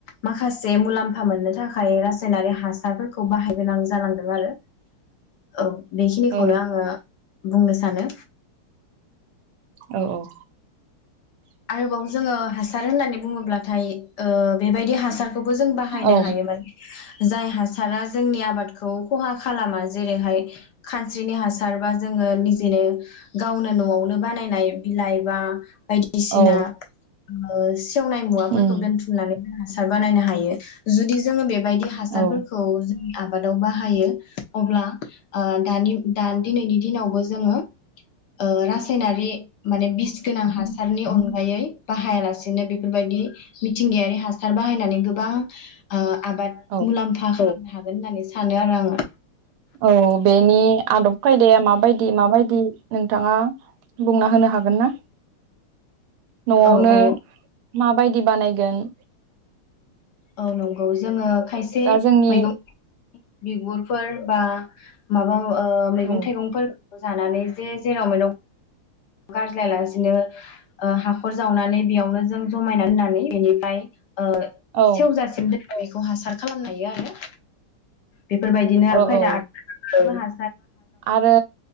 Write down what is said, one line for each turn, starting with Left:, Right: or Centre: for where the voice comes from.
Left: माखासे मुलामफा मोननो थाखाय रासायनारि हासारफोरखौ बाहाय गोनां जालांदों आरो ओ बेखिनिखौनो
Right: औ
Left: आङो बुंनो सानो
Right: औ औ
Left: आरोबाव जोङो हासार होननानै बुङोब्लाथाय ओ बेबायदि हा हासारखौबो जों बाहायनो
Right: औ
Left: हायो मोन जाय हासारा जोंनि आबादखौ खहा खालामा जेरैहाय खानस्रिनि हासारबा जोङो निजेनो गावनो न'आवनो बानायनाय बिलाइ बा बाय बिसिना
Right: औ
Left: ओ सेवनाय मुवाफोरखौ
Right: उम
Left: दोनथुमनानै हासार बानायनो हायो जुदि जोङो बेबाय दि हासारफोरखौ
Right: औ
Left: जोंनि आबादाव बाहायो अब्ला ओ दानि दा दिनैनि दिनावबो जोङो ओ रासायनारि माने बिस गोनां हा सारनि अनगायै बाहायालासेनो बेफोरबायदि मिथिंगायारि हासार बाहायनानै गोबां ओ आबाद
Right: औ
Left: मुलामफाखौ हागोन होननानै सानो आरो आङो
Right: औ बेनि आदब खायदाया माबायदि माबाय दि नोंथाङा बुंना होनो हागोन ना न'आवनो
Left: औ औ
Right: माबायदि बानायगोन
Left: औ नं औ जोङो खायसे
Right: दा जोंनि
Left: मैगं बिगुरफोर बा माबा ओ मैगं
Right: औ
Left: थाइगंफोर जानानै जे जेराव मेराव गारज्लायालासिनो ओ हाखर जावनानै बेयावनो जों जमायना दोननानै बेनिफ्राय ओ
Right: औ
Left: सेवजासिमदों बेखौ हासार खालामनो हायो आरो बेफोरबायदिनो
Right: औ
Left: आखाय
Right: औ
Left: दा
Right: आरो